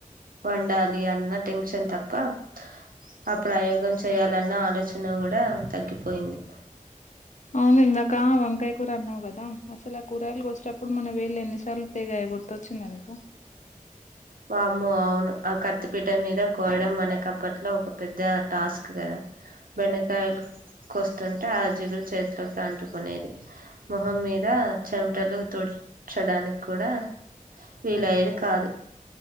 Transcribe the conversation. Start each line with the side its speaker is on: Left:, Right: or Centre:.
Right: వండాలి అన్న టెన్షన్ తప్ ప్ప ఆ ప్రయోగం చేయాలన్న ఆలోచ తున్న కూడా తగ్గిపోయింది
Left: అవును ఇందాక వం కాయ కూర అన్నావు గదా అసలు ఆ కూరయలు వచ్చేటప్పుడు మనం వేళు ఎన్నిసార్లు తెగాయో గుర్తొచ్చిందా నీకు
Right: వామో అవును ఆ కత్ త్తిపీట మీద కోయడం మనకప్పట్లో ఒక పెద్ద టాస్క్ కదా బెండకాయలు కోస్తు తుంటే ఆ జిగురు చేతులుకి అంటుకునేది మొహం మీద చం ట్టలు తోడ్చడానికి కూడా వీలయ్యేది కాదు